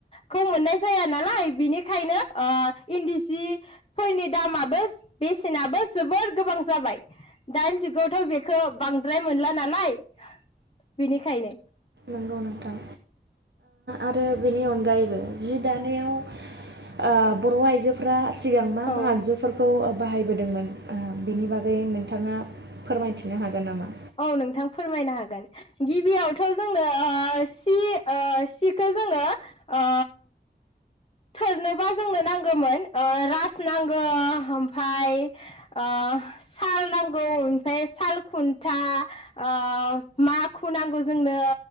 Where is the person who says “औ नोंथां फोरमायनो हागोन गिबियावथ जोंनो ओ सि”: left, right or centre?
Left